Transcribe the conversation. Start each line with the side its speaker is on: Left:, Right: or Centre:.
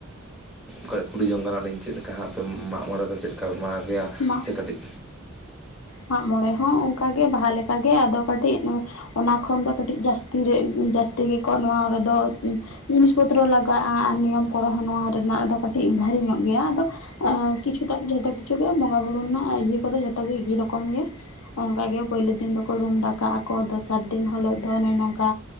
Centre: ᱠᱟᱹᱭ ᱠᱩᱞᱤ ᱡᱚᱝ ᱠᱟᱱᱟᱞᱤᱧ ᱪᱮᱫ ᱞᱮᱠᱟ ᱦᱟᱸᱜ ᱟᱯᱮ ᱢᱟᱜᱽ ᱢᱚᱬᱮ ᱫᱚ ᱪᱮᱫ ᱞᱮᱠᱟᱯᱮ ᱢᱟᱱᱟᱣ ᱜᱮᱭᱟ?
Left: ᱢᱟᱜ
Centre: ᱥᱮ ᱠᱟᱹᱴᱤᱡ
Left: ᱢᱟᱜ ᱢᱚᱬᱮ ᱦᱚᱸ ᱚᱱᱠᱟᱜᱮ ᱵᱟᱦᱟ ᱞᱮᱠᱟᱜᱮ ᱟᱫᱚ ᱠᱟᱹᱴᱤᱡ ᱚᱱᱟ ᱠᱷᱚᱱ ᱫᱚ ᱠᱟᱹᱴᱤᱡ ᱡᱟᱹᱥᱛᱤ ᱨᱮ ᱡᱟᱹᱥᱛᱤ ᱜᱮᱠᱚ ᱱᱚᱣᱟ ᱨᱮᱫᱚ ᱡᱤᱱᱤᱥ ᱯᱚᱛᱨᱚ ᱞᱟᱜᱟᱜᱼᱟ ᱟᱨ ᱱᱤᱭᱚᱢ ᱠᱚᱨᱮ ᱦᱚᱸ ᱱᱚᱣᱟ ᱨᱮᱱᱟᱜ ᱫᱚ ᱠᱟᱹᱴᱤᱡ ᱵᱷᱟᱹᱜᱤ ᱧᱚᱜ ᱜᱮᱭᱟ ᱟᱫᱚ ᱠᱤᱪᱷᱩᱴᱟ ᱡᱷᱚᱛᱚ ᱠᱤᱪᱷᱩ ᱜᱮ ᱵᱚᱸᱜᱟ ᱵᱩᱨᱩ ᱨᱮᱱᱟᱜ ᱤᱭᱟᱹ ᱠᱚᱫᱚ ᱡᱷᱚᱛᱚ ᱜᱮ ᱮᱠᱤ ᱨᱚᱠᱚᱢ ᱜᱮ ᱾ ᱚᱱᱠᱟ ᱜᱮ ᱯᱳᱭᱞᱳ ᱫᱤᱱ ᱫᱚᱠᱚ ᱨᱩᱢ ᱰᱟᱠᱟᱜ ᱟᱠᱚ ᱫᱚᱥᱟᱨ ᱫᱤᱱ ᱦᱤᱞᱳᱜ ᱫᱚ ᱚᱱᱮ ᱱᱚᱝᱠᱟ